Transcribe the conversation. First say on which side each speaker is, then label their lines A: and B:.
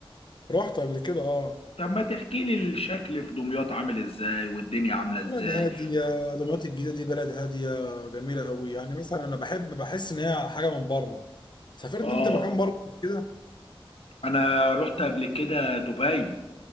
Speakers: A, on the left (about 50°); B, on the left (about 85°).
A: رحت قبل كده اه
B: طب ما تحكي لي الشكل في دمياط عامل ازاي والدنيا عاملة ازاي
A: بلد هادية دمياط الجديدة دي بلد هادية جميلة أوي يعني مثلا أنا بحب بحس إن هي حاجة من بره سافرت
B: اه
A: أنت مكان بره كده
B: انا روحت قبل كده دبي